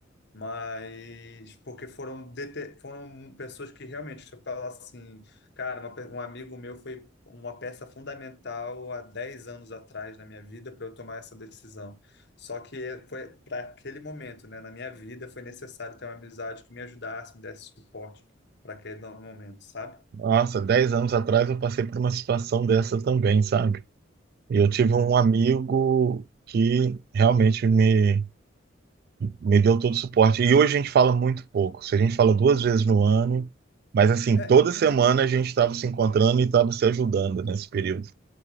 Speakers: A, on the left (about 65°); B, on the right (about 55°).
A: mas porque foram, dete- foram pessoas que realmente, se eu falar assim, cara, uma pe- um amigo meu foi uma peça fundamental há 10 anos atrás na minha vida para eu tomar essa decisão. Só que é- foi para aquele momento, né, na minha vida, foi necessário ter uma amizade que me ajudasse, me desse suporte para aquele momento, sabe?
B: nossa, 10 anos atrás eu passei por uma situação dessa também, sabe? E eu tive
A: Uhum.
B: um amigo que realmente me, me deu todo o suporte. E hoje a gente fala muito pouco. Se a gente fala duas vezes no ano, mas assim,
A: É,
B: toda semana a gente estava se encontrando e estava se ajudando nesse período.